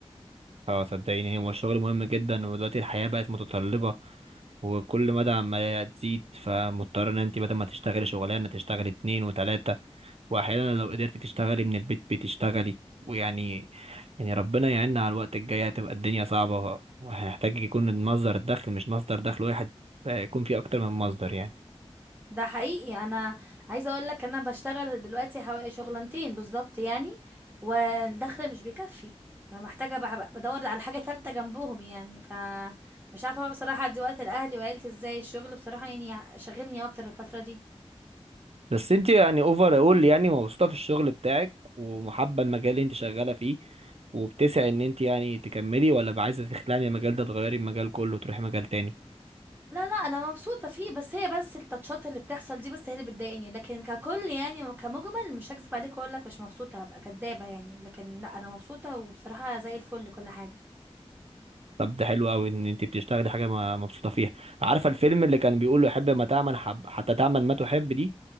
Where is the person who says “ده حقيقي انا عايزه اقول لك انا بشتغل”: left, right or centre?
Right